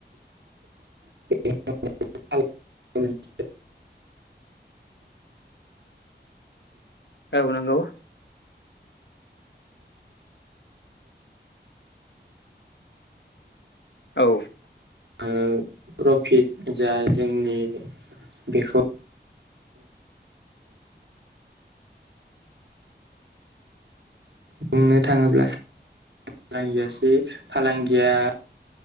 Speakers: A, on the right; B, on the left.
A: <unintelligible>
B: औ नंगौ। औ
A: ओ प्रफिट जा जोंनि बेखौ बुंनो थांङोब्ला सो फांगियासै फालांगिया।